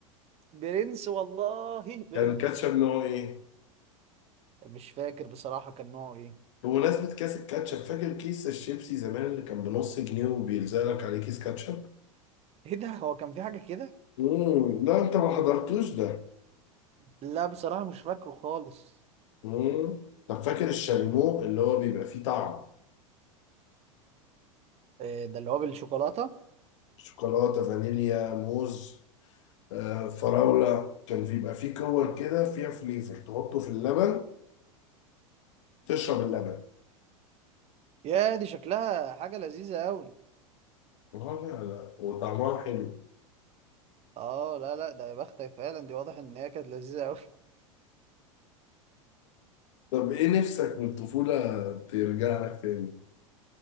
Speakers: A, on the right (about 35°); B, on the left (about 60°).
A: برنس والله برنس
B: كان كاتشب نوع ايه؟
A: مش فاكر بصراحة كان نوعه ايه
B: بمناسبة كيس الكاتشب فاكر كيس الشيبسي زمان اللي كان بنص جنيه وبيلزق لك عليه كيس كاتشب؟
A: ايه ده هو كان في حاجة كده
B: امم لا انت ما حضرتوش ده
A: لا بصراحة مش فاكره خالص
B: امم طب فاكر الشاليمو اللي هو بيبقى فيه طعم
A: إيه ده اللي هو بالشوكولاتة
B: شوكولاتة فانيليا موز آه، فراولة كان بيبقى فيه كور كده فيها فليفر تحطه في اللبن تشرب اللبن
A: يا دي شكلها حاجة لذيذة قوي
B: آه، لا لا وطعمها حلو
A: اه لا لا ده يا بختك فعلا دي واضح ان هي كانت لذيذة قوي <laughs>
B: طب ايه نفسك من الطفولة ترجع لك تاني؟